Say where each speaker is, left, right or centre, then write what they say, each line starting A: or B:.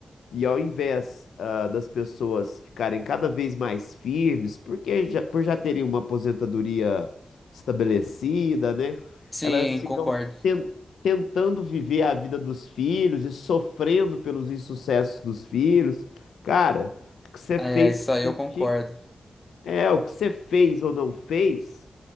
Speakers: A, on the left (about 80°); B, on the left (about 25°).
A: E ao invés, ah, das pessoas ficarem cada vez mais firmes, porque já, por já terem uma aposentadoria estabelecida, né?
B: Sim,
A: Elas ficam
B: concordo.
A: ten- tentando viver a vida dos filhos e sofrendo pelos insucessos dos filhos. Cara, o que você
B: É,
A: fez,
B: isso
A: o que
B: aí
A: você
B: eu concordo.
A: tinha- é, o que você fez ou não fez